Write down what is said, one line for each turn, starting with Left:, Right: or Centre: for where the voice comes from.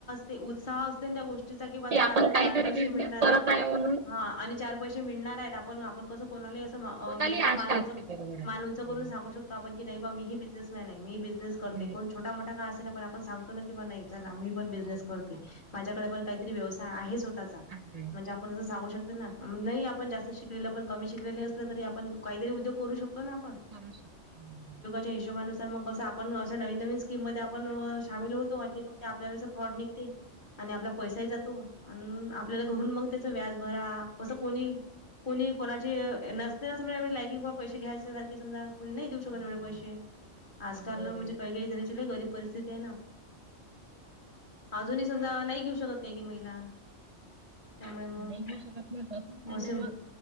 Left: ते उत्साह असतो ना त्या गोष्टीचा कि बघा
Right: की
Left: चला
Right: आपण
Left: आपल्याला
Right: काहीतरी
Left: चार पैसे
Right: बिझनेस
Left: मिळणार
Right: करत
Left: आहे
Right: म्हणून
Left: हा आणि चार पैसे मिळणार आहेत, आपण आपण कसं कोणाला अस
Right: कोणालाही
Left: एकदम
Right: आशा
Left: मालूनच
Right: असते बरोबर आहे.
Left: मालूनच
Right: हम्म.
Left: बोलू सांगू शकतो. आपण की नाही मम्मी ही बिझनेसमॅन आहे, मी बिझनेस करते
Right: नाही,
Left: कोण छोटा मोठा काय असाना आपण सांगतो ना की बा नाही. चला मी पण बिझनेस
Right: हो
Left: करते, माझ्याकडे पण काहीतरी व्यवसाय आहे स्वतःचा
Right: आहे
Left: म्हणजे आप आपण असं सांगू शकते ना, लही आपण जास्त शिकलेलं पण कमी शिकलेलं असलं तरी आपण काहीतरी उद्योग करू शकतो ना आपण
Right: करू शकत. <inaudible>
Left: ते हिशोबाानुसार मग अस आपण असे नवीन नवीन, स्कीम मध्ये आपण सामील होतो आणि मग फक्त आपल्याला फ्रॉड निघते आणि आपला पैसाही जातो. अन आपल्याला घरून मग त्याच व्याज भरा कसं कोणी कोणी कोणाची नसते ना अस नाही लायकी ग बा पैसे घ्यायचे सारखे समजा. कोणी नाही देऊ शकत एवढे
Right: नाही
Left: पैसे,
Right: नाही.
Left: आजकाल
Right: बरोबर
Left: म्हणजे
Right: आहे.
Left: काही काही जणांचे लही गरीब परिस्थिती आहे ना. अजूनही समजा नाही घेऊ शकत काही काही महिला त्यामुळे मग
Right: नाही शक ना
Left: असे
Right: मग